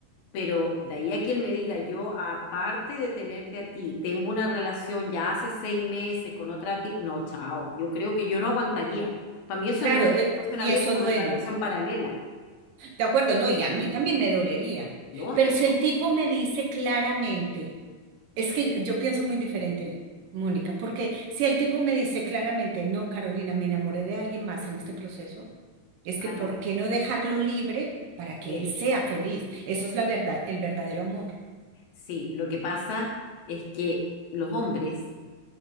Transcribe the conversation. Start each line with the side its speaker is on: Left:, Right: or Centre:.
Left: Pero de ahí a que él me diga, yo aparte de tenerte a ti, tengo una relación ya hace seis meses con otra ti, no, chao, yo creo que yo no aguantaría. Para mí eso
Right: Claro,
Left: no es una
Right: eh,
Left: relación
Right: y
Left: abierta,
Right: eso
Left: es
Right: duele.
Left: una relación paralela.
Right: De acuerdo, no, y a mí también me dolería.
Left: Lógico.
Right: Pero si el tipo me dice claramente, es que yo, yo pienso muy diferente, Mónica, porque si el tipo me dice claramente, no, Carolina, me enamoré de alguien más en este proceso, es
Left: Ah,
Right: que ¿por
Left: no.
Right: qué no dejarlo libre para que
Left: Eh,
Right: él sea feliz? Eso es la verdad, el verdadero amor.
Left: sí, lo que pasa es que los hombres